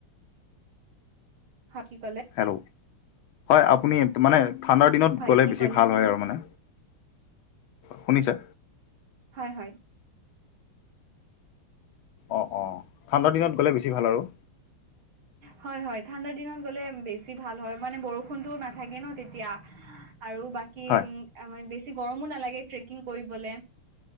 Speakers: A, on the right; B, on the left.
A: হা কি কলে
B: হেল্ল' হয় আপুনি মানে ঠাণ্ডাৰ দিনত
A: হয়
B: গ'লে
A: কি
B: বেছি
A: ক'লে
B: ভাল হয় আৰু মানে শুনিছা
A: হয় হয়
B: অঁ অঁ ঠাণ্ডাৰ দিনত গ'লে বেছি ভাল আৰু
A: হয় হয় ঠাণ্ডাৰ দিনত গ'লে বেছি ভাল হয় মানে বৰষুণটো নাথাকে ন তেতিয়া আৰু বাকী
B: হয়
A: উ ম বেছি গৰমো নালাগে ট্ৰেকিং কৰিবলে